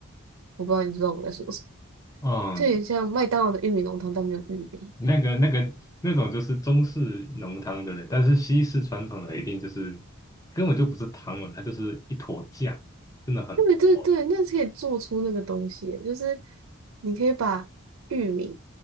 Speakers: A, on the right (about 80°); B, on the left (about 15°).
A: 我不知道你知道我在说什么，
B: 嗯，
A: 就有点像麦当劳的玉米浓汤，但没有玉米。
B: 那个、那个、那种就是中式浓汤，对不对？但是西式传统的一定就是根本就不是汤了，它就是一坨酱，真的很稠。
A: 对对对，那可以做出那个东西，就是你可以把玉米